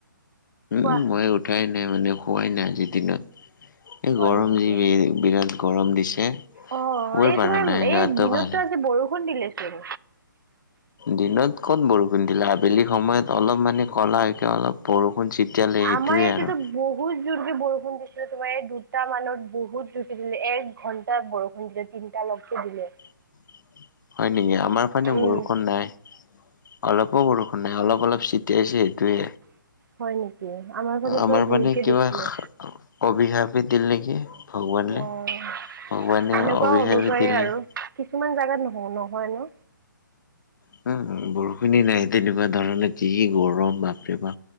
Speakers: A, on the right (about 70°); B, on the left (about 65°).
A: কোৱা
B: উম মই উঠাই নাই মানে হোৱাই নাই আজিৰ দিনত এই
A: হয়
B: গৰম
A: নেকি
B: য বিৰাট গৰম দিছে
A: অ
B: শুবই
A: এই
B: পাৰা
A: তোমাৰ
B: নাই
A: এই
B: গাটো
A: দিনততটো
B: ভাল
A: আজি বৰষুণ দিলেচোন
B: দিনত ক'ত বৰষুণ দিলে আবেলি সময়ত অলপ মানে ক'লাকে অলপ বৰষুণ ছতিিয়ালে সেইটোোৱে
A: আমাৰ ইয়াতেতো
B: আৰু
A: বহুত জোৰকে বৰষুণ দিছিলো তোমাৰ এই দুটা মানত বহুত জুখি দিলে এক ঘন্টাত বৰষুণ দিলে তিনিটা লগত চে
B: উ হয় নেকি আমাৰ ফানে
A: উম
B: বৰষুণ নাই অলপো বৰষুণ নাই অলপ অলপ চ এতিয়াছে সেইটোোৱে
A: হয় নেকি ফালে
B: আমাৰ
A: পুৰা জোৰকে
B: মানে কিবা
A: দিছিলে
B: কবি খাপি দিল নেকি ভগৱানলে
A: অ এনেকুৱাও
B: ভগৱানে অভিশাপে
A: হ'ব পাৰে
B: দিল নেকি
A: আৰু কিছুমান জাগাত নহয় ন হয়য় নো
B: হ বৰষুণি নাই তেনেকুৱা ধৰণে যি গৰম বাপৰে